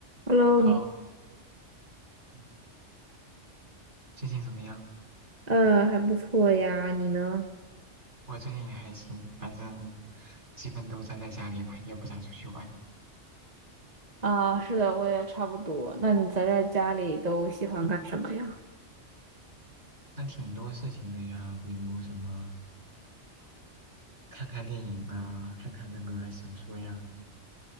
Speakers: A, on the right; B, on the right.
A: Hello，
B: 好，
A: 你，
B: 嗯最近怎么样？
A: 呃，还不错呀，你呢？
B: 我最近也还行，反正基本都宅在家里吧，也不咋出去玩。
A: 啊，是的，我也差不多。那你宅在家里都喜欢干什么呀？
B: 嗯那挺多事情的呀，比如什么看看电影啊，看看那个小说呀，